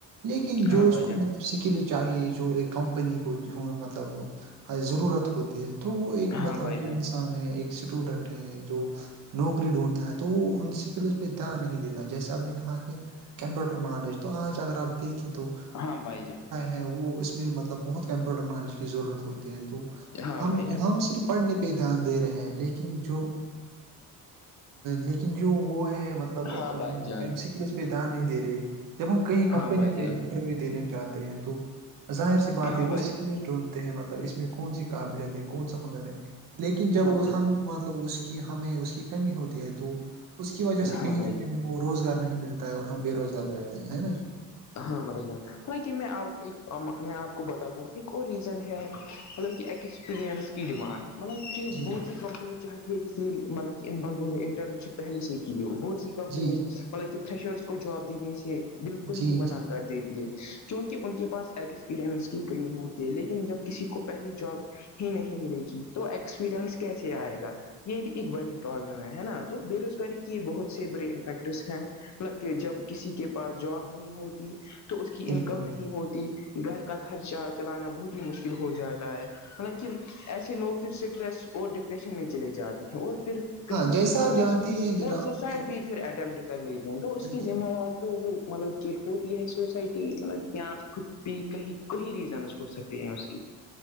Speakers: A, on the right; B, on the left.
A: لیکن
B: ہاں
A: جو
B: بھائی
A: اس کو
B: جان
A: م سکل چاہیے جو ایک کمپنی کو مطلب ضرورت ہوتی تو وہ ایک
B: ہاں
A: مطلب
B: بھائی جان
A: جو انسان ہے ایک اسٹوڈنٹ ہے جو نوکری ڈھونڈتا ہے تو وہ ان اسکلز پہ دھیان نہیں دیتا جیسے آپ نے کہا کہ کمپیوٹر نالج تو آج اگر آپ دیکھیں تو
B: ہاں بھائی جان
A: ہیں وہ اس میں مطلب بہت کمپیوٹر نالج کی ضرورت ہوتی ہے تو
B: ہاں
A: ہم
B: بھائی جان
A: ہم صرف پڑھنے پہ دھیان دے رہے لیکن جو لیکن جو وہ ہے مطلب
B: ہاں بھائی
A: ہم
B: جان
A: سکلس پہ دھیان نہیں دے رہے جب ہم کہیں کمپنیوں
B: ہاں بھائی
A: پہ
B: جان
A: انٹرویو دینے جاتے ہیں تو ظاہر سی بات
B: ہاں
A: ہے وہ
B: بھائی جان
A: سک ڈون ہیں مطلب اس میں کون سی قابلت ہے کون سا ہنر ہے لیکن جب
B: ہاں بھائی
A: ہم مطلب اس کی ہمیں اس کی کمی ہوتی ہے تو اس کی وجہ سے
B: ہاں
A: کہیں
B: بھائی
A: نہ
B: جان
A: کہیں وہ روزگار نہیں ملتا ہے اور ہم بے روزگار بیٹھتے ہیں ہے نا جی
B: ہاں بھ جان ہ کہ میں ایک میں آپ کو بتاتا ہوں ایک اور ریزن ہے مطلب کہ کی ڈیمانڈ مطلب کہ
A: جی
B: بہت سی کمپنی چاہتی ہے کہ مطلب کہ ان بندوں نے انٹرنشپ پہلے سے کی وہ بہ کمپنیز
A: جی
B: مطلب کہ فریشرس کو جاب دینے سے بالکل
A: جی
B: ہی منع
A: جی
B: کر دیتی کیونکہ ان کے پاس ایکسپیرئنس کی کئی ہوتی ہے لیکن جب کسی کو پہلی جاب ہی نہیں ملے گی تو ایکسپیرئنس کیسے آئے گا یہ بھی ایک بڑی پرابلم ہے نا تو بے روزگاری کے بہت سے بڑے افیکٹس ہیں مطلب کہ جب کسی کے پاس جاب نہیں ہوتی تو اس کی
A: بالکل
B: انکم نہیں
A: بالکل
B: ہوتی گھر کا خرچہ چلانا بہت ہی مشکل ہو جاتا ہے مطلب کہ ایسے لوگ پھر اسٹریس اور ڈپریشن میں چلے جاتے ہیں اور پھر
A: ہاں
B: کہیں نہ
A: جیسا
B: کہیں
A: آپ
B: وہ
A: جانتے ہی ہیں جناب
B: وہ سوسائڈ
A: کہ
B: بھی پھر اٹیمپٹ کر لیتے ہیں تو اس
A: جی
B: کی
A: جی
B: ذمہ وار تو وہ مطلب کہ ہوتی ہے سوسائٹی مطلب یا خود بھی کہیں کوی ریزنس ہو سکتے ہیں اس کی <inaudible>